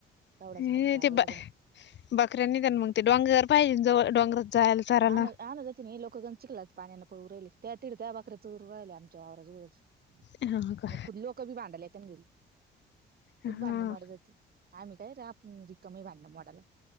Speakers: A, on the right; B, on the left.
A: तेवढाच
B: <unintelligible>
A: हातभार लागन
B: डोंगर जवळ. जायला चारायला
A: आन आणूदेत. की लोकं गण चिकलाच पाण्यांनं पळू राहिली, त्या तिड त्या बाकऱ्या चोरू राहिले आमच्या वावराजवळच.
B: हा का
A: मग खुद लोक बी भांडाला येत ना, घरी खुद
B: हा
A: भांडणं मारत जाते. आम्ही काय रिकामे, भांडण मोडायला.